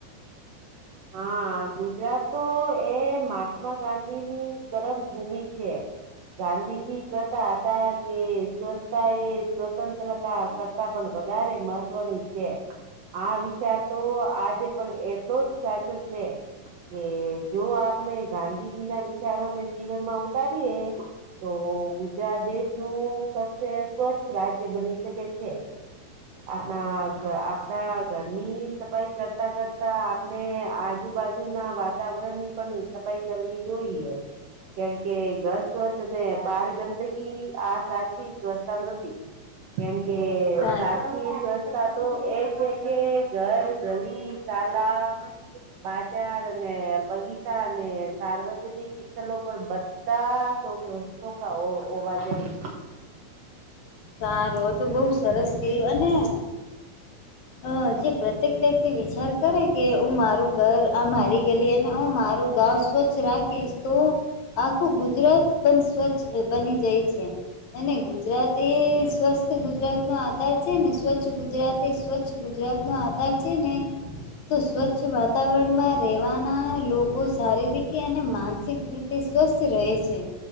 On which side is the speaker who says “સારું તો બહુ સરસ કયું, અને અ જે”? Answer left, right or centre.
Left